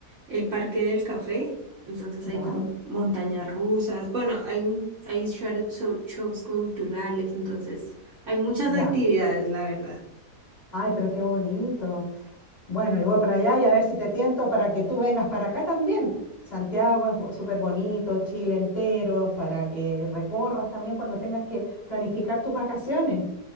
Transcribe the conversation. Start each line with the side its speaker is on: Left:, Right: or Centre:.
Right: el Parque del Café, entonces hay
Left: ya,
Right: como montañas rusas, bueno, hay un, hay show- show- shows culturales, entonces hay muchas
Left: ya.
Right: actividades, la verdad.
Left: Ay, pero qué bonito. Bueno, y voy para allá y a ver si te tiento para que tú vengas para acá también. Santiago es bo- súper bonito, Chile entero, para que recorras también cuando tengas que planificar tus vacaciones.